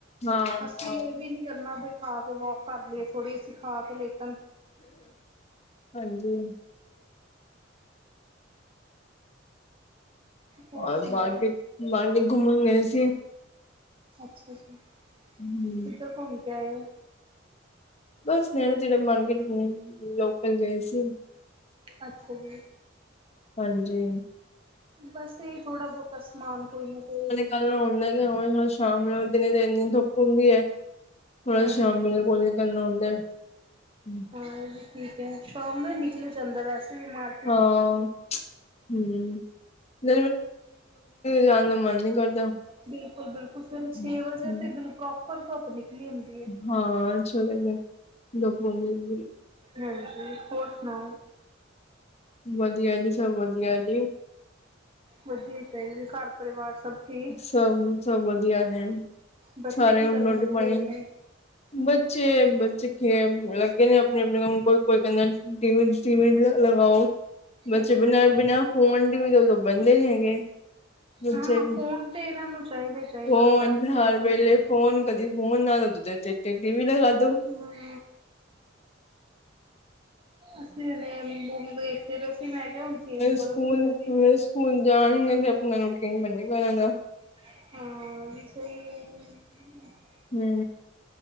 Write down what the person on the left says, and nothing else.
ਹਾਂ
ਹਾਂਜੀ
ਆ
ਮਾਰਕੀਟ, ਮਾਰਕੀਟ ਘੁੰਮਣ ਗਏ ਸੀ।
ਹੂੰ
ਬਸ <unintelligible> ਮਾਰਕੀਟ ਗਏ ਲੋਕਲ ਗਏ ਸੀ।
ਹਾਂਜੀ
ਕ ਉਹਨਾਂ <unintelligible> ਸਾਮ ਨੂੰ ਦਿਨੇ ਧੁੱਪ ਹੁੰਦੀ ਹੈ। ਥੋੜਾ
ਸ਼ਾਮ ਮੇਰੇ ਕੋਲ ਨਿਕਲਣਾ ਹੁੰਦਾ। ਹੂੰ
ਹਾਂ ਹੂੰ <unintelligible> <unintelligible> ਜਾਣ ਦਾ ਮਨ ਨੀ ਕਰਦਾ।
ਹੂੰ
ਹਾਂ ਛੇ ਵਜੇ, ਧੁੱਪ ਹੁੰਦੀ ਪੂਰੀ।
ਵਧੀਆ ਜੀ ਸਭ ਵਧੀਆ ਜੀ।
ਸਭ, ਸਭ ਵਧੀਆ ਹੈ
ਸਾਰੇ
ਹੁਣ
ਰੋਟੀ
ਪਾਣੀ
ਬੱਚੇ, ਬੱਚੇ ਲੱਗੇ ਨੀ ਆਪਣੇ-ਆਪਣੇ ਕੰਮ ਕੋਈ-ਕੋਈ ਕਹਿੰਦਾ ਟੀ ਵੀ- ਟੀ ਵੀ ਲਗਾਓ, ਬੱਚੇ
ਬਿਨਾਂ
ਬਿਨਾਂ ਫੋਨ ਟੀ ਵੀ ਦੇ ਬਹਿਦੇ ਨੀ ਹੈਗੇ। ਬੱਚੇ,
ਫੋਨ
ਹਰ
ਵੇਲੇ ਫੋਨ ਕਦੀ ਫੋਨ ਨਾ ਦੇ ਦੂਜੇ ਟੀ ਟੀ ਵੀ ਲਗਾ ਦੋ।
ਸਕੂਲ
ਸਕੂਲ ਜਾਣਗੇ ਤੇ ਆਪਣਾ ਰੂਟੀਨ ਬਣੇਗਾ ਇਹਨਾਂ ਦਾ।
ਹੂੰ